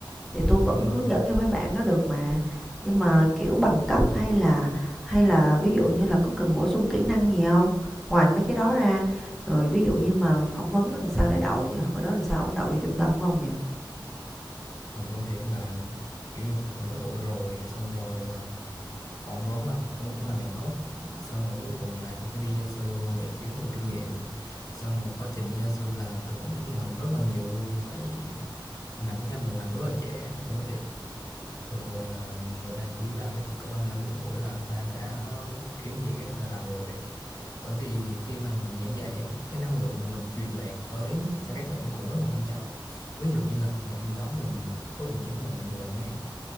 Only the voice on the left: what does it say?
ừ.
còn tôi thì cũng bà kiểu như tôi cũng có tuổi rồi xong rồi ờ, phỏng vấn là không có chỗ nào nhận hết xong rồi cuối cùng là tôi phải đi gia sư để kiếm thêm kinh nghiệm xong rồi quá trình đi gia sư là tôi cũng làm rất là nhiều luôn tại vì ngành tiếng Anh là một ngành rất là trẻ tôi nói thiệt thường thường là người ta chỉ làm tới khoảng cỡ ba mươi lăm bốn mươi tuổi là người ta đã kiếm gì khác người ta làm rồi bởi vì khi mà mình giảng dạy á, cái năng lượng mà mình truyền đạt tới cho các bạn nó cũng rất là quan trọng ví dụ như là ngày hôm đó mà mình có chuyện gì mà mình buồn chẳng hạn